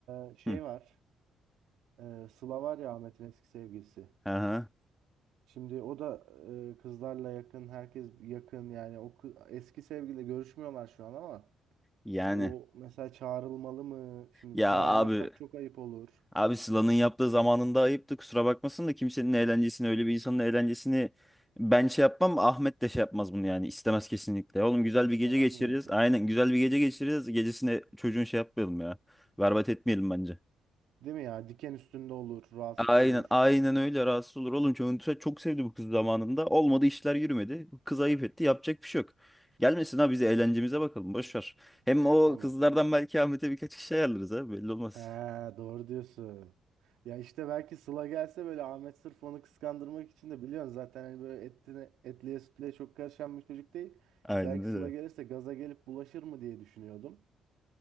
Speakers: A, on the right; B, in the centre.
A: eee, şey
B: Hı.
A: var. Eee Sıla var ya Ahmet'in eski sevgilisi.
B: Aha,
A: Şimdi o da eee, kızlarla yakın, herkes yakın yani o kı- eski sevgiliyle görüşmüyorlar şu an ama
B: yani
A: o mesela çağrılmalı mı? Şimdi
B: ya
A: çağırmazsak
B: abi
A: çok ayıp olur.
B: abi Sıla'nın yaptığı zamanında ayıptı kusura bakmasın da kimsenin eğlencesini öyle bir insanın eğlencesini ben şey yapmam Ahmet de şey yapmaz bunu yani istemez kesinlikle. Oğlum güzel
A: İstemez
B: bir gece geçireceğiz
A: mi diyorsun?
B: aynen güzel bir gece geçireceğiz gecesine çocuğun şey yapmayalım ya berbat etmeyelim bence.
A: Değil mi ya? Diken üstünde olur, rahatsız
B: Aynen
A: olur.
B: aynen öyle rahatsız olur oğlum çok, çok sevdi bu kız zamanında olmadı işler yürümedi Bu kız ayıp etti yapacak bir şey yok. Gelmesin ha biz eğlencemize bakalım boş ver. Hem o
A: Tamam.
B: kızlardan belki Ahmet'e birkaç kişi ayarlarız ha belli olmaz.
A: Ha, doğru diyorsun. Ya işte belki Sıla gelse böyle Ahmet sırf onu kıskandırmak için de biliyorsun zaten hani böyle etine, etliye sütlüye çok karışan bir çocuk değil.
B: Aynen
A: Belki
B: öyle.
A: Sıla gelirse gaza gelip bulaşır mı diye düşünüyordum.